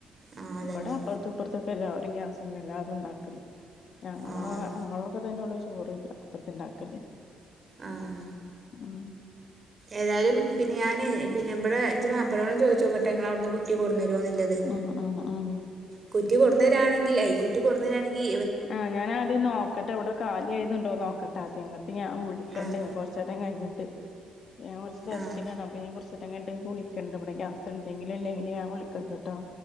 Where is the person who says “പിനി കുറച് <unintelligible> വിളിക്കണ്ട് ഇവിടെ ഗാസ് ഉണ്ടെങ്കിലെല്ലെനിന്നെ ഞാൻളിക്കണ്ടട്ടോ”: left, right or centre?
Left